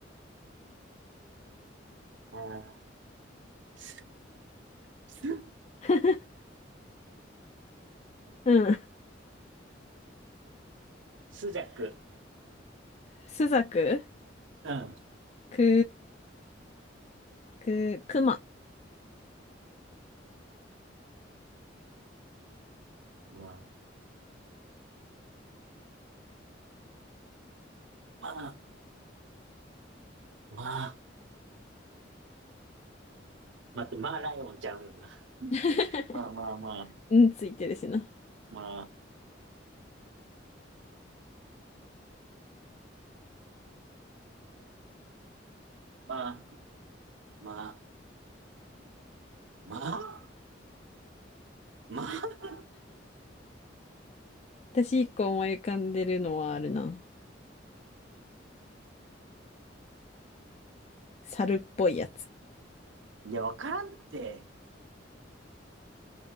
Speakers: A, on the right; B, on the left.
A: あース、<laughs> ス
B: <laughs> うん。
A: スジャク。
B: すざく、
A: うん。
B: く、く、くま。
A: まあ、まあ、まあ、待って、まあライオンちゃうよな。
B: <laughs>
A: まあまあまあ、
B: うん、ついてるしな。
A: まあ、まあ、まあ、まあ、まあ。
B: 私一個思い浮かんでるのはあるな。猿っぽいやつ。
A: いや、わからんって。